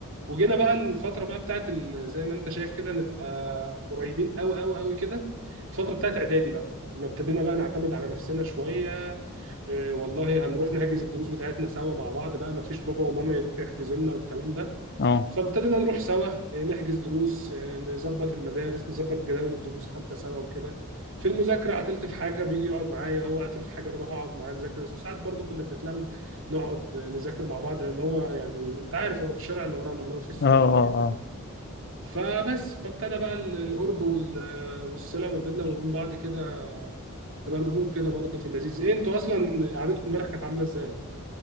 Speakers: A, on the right (about 60°); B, on the left (about 50°).
A: وجينا بقى الفتره بقى بتاعت ال- زي ما انت شايف كده نبقى قريبين قوي قوي قوي كده الفتره بتاعت اعدادي بقى لما ابتدينا بقى نعتمد على نفسنا شويه إيه والله هنروح نحجز الدروس بتاعتنا سوا مع بعض بقى ما فيش بابا وماما يروحوا يحجزوا لنا والكلام ده
B: اه
A: فابتدينا نروح سوا آه، نحجز دروس آه، نظبط المدارس نظبط جداول الدروس حتى سوا وكده في المذاكرة عطلت في حاجة بيجي يقعد معايا هو عطل في حاجة بروح أقعد معاه نذاكر وساعات برضو كنا بنتلم نقعد آه، نذاكر مع بعض لأن هو يعني أنت عارف هو في الشارع اللي ورانا اللي هو في السوبر
B: اه
A: ماركت
B: اه
A: ده
B: اه
A: فبس فابتدى بقى ال- القرب وال- آه، والصلة ما بيننا وبين بعض كده تبقى الأمور كده برضو في اللذيذ إيه أنتوا أصلا قعدتكم امبارح كانت عاملة إزاي؟